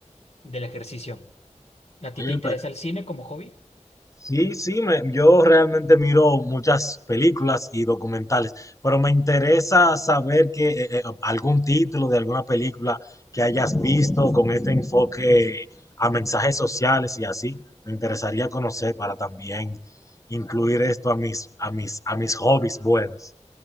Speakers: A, on the left (about 60°); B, on the left (about 25°).
A: del ejercicio. ¿A ti
B: Oye,
A: te interesa
B: pe-
A: el cine como hobby?
B: sí, sí, me- yo realmente miro muchas películas y documentales, pero me interesa saber que eh, eh, algún título de alguna película que hayas visto con este enfoque a mensajes sociales y así. Me interesaría conocer para también incluir esto a mis, a mis, a mis hobbies buenos.